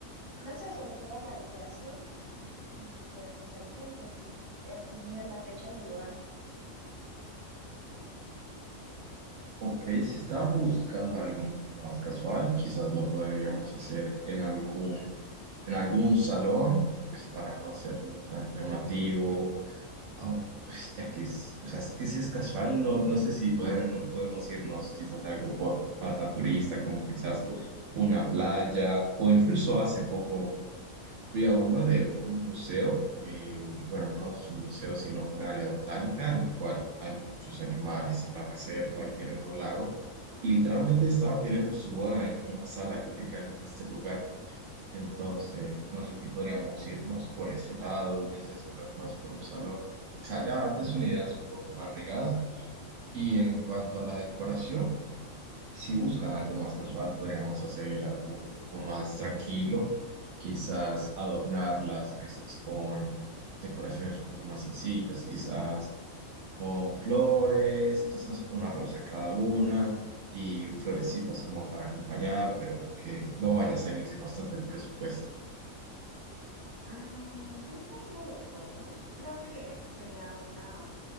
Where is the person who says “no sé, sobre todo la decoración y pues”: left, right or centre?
Right